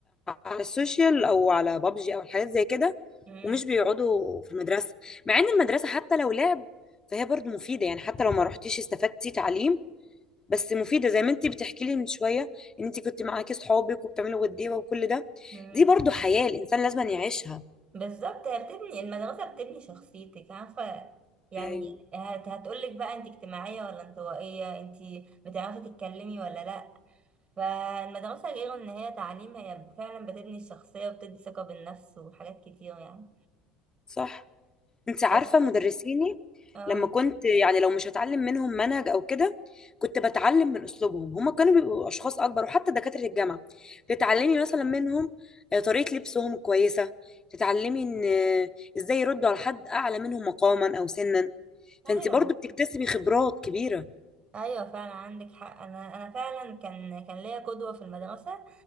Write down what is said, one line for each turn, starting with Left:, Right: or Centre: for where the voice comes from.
Left: على السوشيال او على بابجي او الحاجات زي كده
Right: مم.
Left: ومش بيقعدوا في المدرسه مع ان المدرسه حتى لو لعب فهي برضو مفيده يعني حتى لو ما رحتيش استفدتي تعليم بس مفيده زي ما انت بتحكي لي من شويه ان انت كنت معاكي صحابك وبتعملوا وديوه وكل ده
Right: مم.
Left: دي برضو حياه الانسان لازم يعيشها
Right: بالظبط هي بتبني المدرسة بتبني شخصيتك عارفة يعني
Left: ايوه
Right: هت هتقولك بقى انت اجتماعية ولا انطوائية انت بتعرفي تتكلمي ولا لأ فالمدرسة غير ان هي تعليم هي فعلا بتبني الشخصية وبتدي ثقة بالنفس وحاجات كتير يعني
Left: صح انت عارفه
Right: طب
Left: مدرسيني
Right: اه
Left: لما كنت يعني لو مش هتعلم منهم منهج او كده كنت بتعلم من اسلوبهم هما كانوا بيبقوا اشخاص اكبر وحتى دكاتره الجامعه تتعلمي مثلا منهم آه، طريقه لبسهم كويسه تتعلمي ان آه، ازاي يردوا على حد اعلى منهم مقاما او سنا
Right: ايوه
Left: فانت برضو
Right: بالظبط
Left: بتكتسبي خبرات كبيره
Right: ايوه فعلا عندك حق انا انا فعلا كان كان ليا قدوه في المدرسه